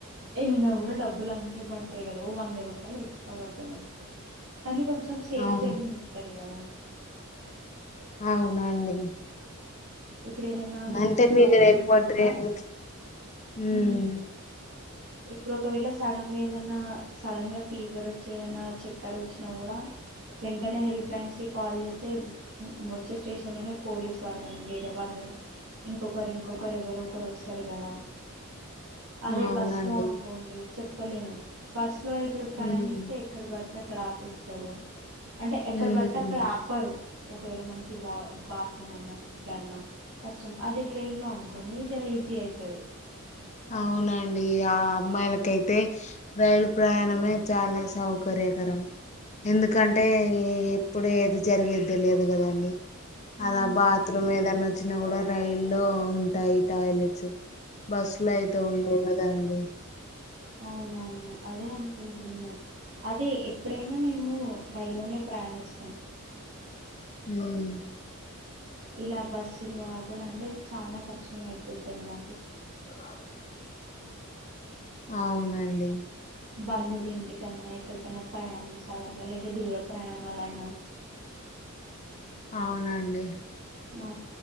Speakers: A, on the right (about 75°); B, on the left (about 30°).
A: ఎళ్ళినా కూడా డబ్బులు అంతే బడతాయి కదా ఓ వంద రూపాయలు ఎక్స్ట్రా వడతది అంతే కానీ కొంచం సేఫ్
B: అవును
A: జర్నీ ఉంటది కదా
B: అవునండి
A: ఇప్పుడు ఏదన్నా మనకి
B: అంటే
A: ప్రాబ్లం
B: మీరు ఎక్కువ
A: ఉన్నా కూడా
B: ట్రైన్లు ఉమ్
A: ఉ ఇప్పుడు ఒకవేళ సడన్ గా ఏమన్నా సడన్ గా ఫీవర్ వచ్చేదన్నా చక్కర్ వచ్చినా కూడా వెంటనే హెల్ప్ లైన్స్ కి కాల్ చేస్తే వచ్చే స్టేషన్ లోనే పోలీస్ వాళ్ళు కాని వేరే వాళ్ళు కాని ఇంకొకరు ఇంకొకరు ఎవరో ఒకరు వస్తారు కదా అదే
B: అవునండి
A: బస్ లో అనుకోండి చెప్పలేము బస్ లో ఇప్పుడు ప్రయాణిస్తే
B: ఉమ్
A: ఎక్కడ పడతే అక్కడ ఆపేస్తారు అంటే ఎక్కడ
B: ఉమ్
A: పడతే అక్కడ ఆప్ పరు ఒకవేళ మనకి వా బాత్రూమ్ అన్నా ఫుడ్ అన్నా కష్టం అదే ట్రైన్ లో అనుకోని జర ఈజీ అయితది
B: అవునండి ఆ అమ్మాయిలకైతే రైలు ప్రయాణమే చాలా స్ సౌకర్యకరం ఎందుకంటే ఈ ఇప్పుడు ఏది జరిగేది తెలియదు కద అండి
A: ఉమ్
B: అలా బాత్రూమ్ ఏదన్నా ఒ వచ్చినా కూడా రైలు లో ఉంటాయి టాయిలెట్స్ బస్సులో అయితే ఉండవు కదా అండి
A: అవును అవును అదే అనిపించింది నాక్ అదే ఎప్పుడైనా మేము రైల్లోనే ప్రయాణిస్తాం
B: ఉమ్
A: ఇలా బస్సులు ఆటోలు అంటే చాలా కష్టం అయిపోతుంది మాకు
B: కద ఉమ్ అవునండి
A: బంధువులు ఇంటికన్నా ఎక్కడికన్నా ప్రయాణించాలన్నా లేంటే దూర ప్రయాణాలైనా
B: అవునండి
A: ఆ